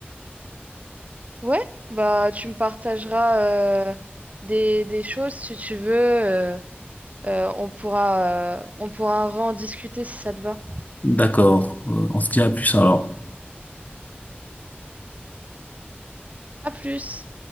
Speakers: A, on the right; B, on the left.
A: Ouais, bah, tu me partageras euh, des, des choses si tu veux. euh, Euh, on pourra, euh, on pourra en discuter si ça te va.
B: D'accord. Euh, on se dit à plus alors.
A: À plus!